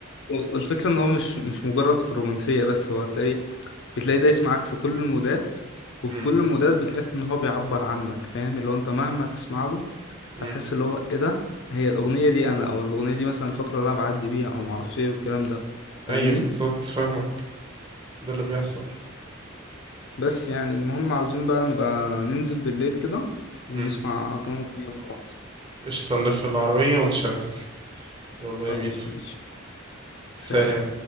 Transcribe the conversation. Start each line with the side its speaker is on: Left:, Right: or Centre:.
Left: و- والفكرة ان هو مش مش مجرد في الرومانسية بس هو هتلاقي بتلاقي دايس معاك في كل المودات وفي
Right: مم.
Left: كل المودات بتحس ان هو بيعبر عنك فاهم اللي هو انت مهما تسمع له
Right: مم.
Left: هتحس اللي هو ايه ده هي الأغنية دي انا او الأغنية دي مثلا الفترة اللي انا بعدي بيها او معرفش ايه والكلام ده فاهمني
Right: ايوه بالظبط فاهمك ده اللي بيحصل
Left: بس يعني المهم عاوزين بقى نبقى ننزل بالليل كده ونسمع
Right: مم.
Left: كام أغنية مع بعض
Right: قشطة نلف العربية ونشغل يلا
Left: خلاص
Right: يا ميدو
Left: ماشي
Right: سلام
Left: سلام